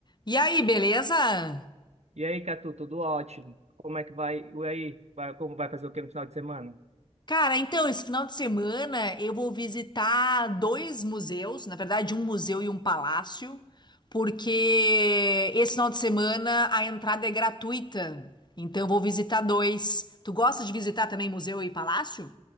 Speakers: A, on the left; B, on the right.
A: E aí, beleza?
B: E aí, Catu, tudo ótimo? Como é que vai? E aí, vai- como vai fazer o que no final de semana?
A: Cara, então, esse final de semana eu vou visitar dois museus, na verdade, um museu e um palácio, porque esse final de semana a entrada é gratuita. Então, eu vou visitar dois. Tu gosta de visitar também museu e palácio?